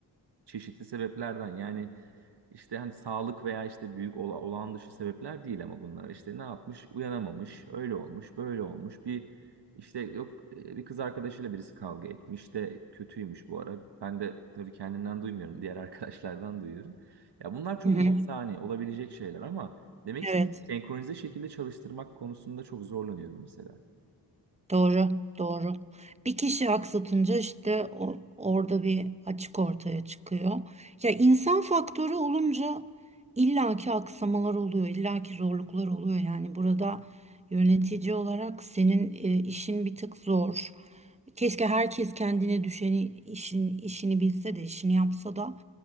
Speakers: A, on the right; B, on the right.
A: çeşitli sebeplerden yani işte hani sağlık veya işte büyük ola, olağan dışı sebepler değil ama bunlar işte ne yapmış uyanamamış öyle olmuş böyle olmuş bir işte yok e, bir kız arkadaşıyla birisi kavga etmiş de kötüymüş bu ara ben de tabii kendimden duymuyorum diğer <laughs> arkadaşlardan duyuyorum ya bunlar çok
B: hı. hı.
A: insani olabilecek şeyler ama demek istediğim
B: Evet.
A: senkronize şekilde çalıştırmak konusunda çok zorlanıyorum mesela.
B: Doğru, doğru. Bir kişi aksatınca işte o- orada bir açık ortaya çıkıyor. Ya insan faktörü olunca illaki aksamalar oluyor, illaki zorluklar oluyor. Yani burada yönetici olarak senin e, işin bir tık zor. Keşke herkes kendine düşeni işin işini bilse de işini yapsa da